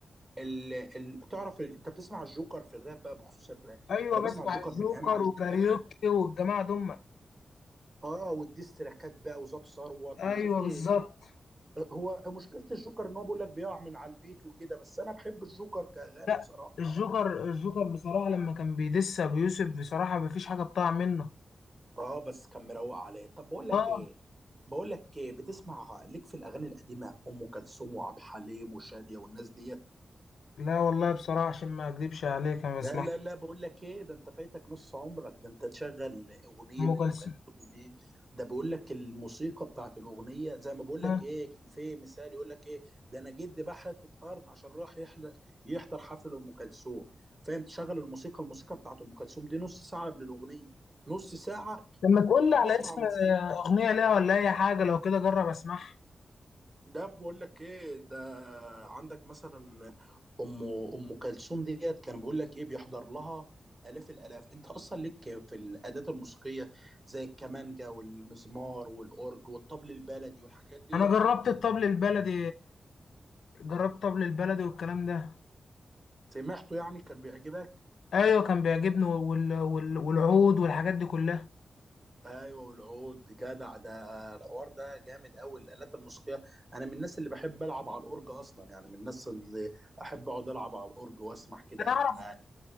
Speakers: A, on the right (about 25°); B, on the left (about 85°).
A: ال... ال... تعرف انت بتسمع الجوكر في الراب بقى بخصوص الراب
B: ايوه
A: انا بسمع
B: بسمع
A: الجوكر
B: الجوكر
A: من ايام علي
B: وكاريوكي
A: الشاعر
B: والجماعه دول
A: اه والديستراكات بقى وزاب ثروت
B: ايوه
A: وشفت
B: بالظبط
A: آه، هو مشكله الجوكر ان هو بيقول لك بيقع من على البيت وكده بس انا بحب الجوكر كاغاني
B: لا
A: بصراحه
B: الجوكر الجوكر بصراحه لما كان بيدس ابو يوسف بصراحه مفيش حاجه بتاع منه
A: اه بس كان مروق عليه طب بقول لك
B: اه
A: ايه بقول لك ايه بتسمع ليك في الاغاني القديمه ام كلثوم وعبد الحليم وشاديه والناس دي
B: لا والله بصراحه عشان ما اكذبش عليك انا بسمع
A: لا لا لا بقول لك ايه ده انت فايتك نص عمرك ده انت تشغل اغنيه
B: ام كلثوم
A: ام كلثوم دي ده بقول لك الموسيقى بتاعت الاغنيه زي ما بقول لك
B: آه.
A: ايه كان في مثال يقول لك ايه ده انا جدي باع حته ارض عشان راح يحل- يحضر حفل ام كلثوم فاهم تشغل الموسيقى الموسيقى بتاعت ام كلثوم دي نص ساعه قبل الاغنيه نص ساعه
B: لما تقول
A: بتسمع
B: لي على اسم
A: الموسيقى
B: اغنيه ليها ولا اي حاجه لو كده جرب اسمعها
A: ده بقول لك ايه ده عندك مثلا ام ام كلثوم ديت كان بيقول لك ايه بيحضر لها الاف الالاف انت اصلا ليك في الادوات الموسيقيه زي الكمانجا والمزمار والاورج والطبل البلدي والحاجات ديت
B: انا جربت الطبل البلدي جربت طبل البلدي والكلام ده
A: سمعته يعني كان بيعجبك
B: ايوه كان بيعجبني وال... وال... والعود والحاجات دي كلها
A: ايوه والعود جدع ده الحوار ده جامد قوي الالات الموسيقيه انا من الناس اللي بحب العب على الاورج اصلا يعني من الناس اللي احب اقعد العب على الاورج واسمع كده
B: تعرف
A: الحان